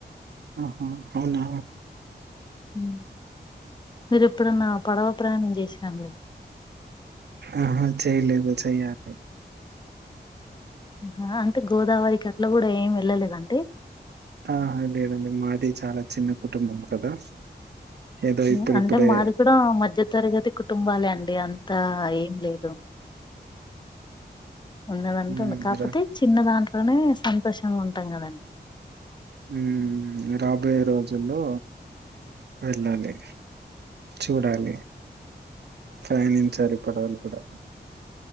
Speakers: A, on the right; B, on the left.
A: ఆహా అవునా
B: ఉం మీరు ఎప్పుడన్నా పడవ ప్రయాణం చేసిరా అండి
A: ఆహా చెయలేదు చెయ్యాలి
B: ఆ అంటే గోదావరికి అట్ల కూడా ఏమి వెళ్ళలేదా అండి
A: ఆహా లేదండి మాది చాలా చిన్న కుటుంబం కదా ఏదో
B: ఉం
A: ఇప్పుడిప్పుడే
B: అంటే మాది కూడా మధ్య తరగతి కుటుంబాలే అండి అంతా ఏం లేదు ఉన్నది అంత
A: హ్మ్.
B: కాకపోతే
A: రా
B: చిన్న దాంట్లోనే సంతోషంగా ఉంటాం కదా అండి
A: ఉమ్ రాబోయే రోజుల్లో వెళ్ళాలి చూడాలి ప్రయాణించాలి పడవలు కూడా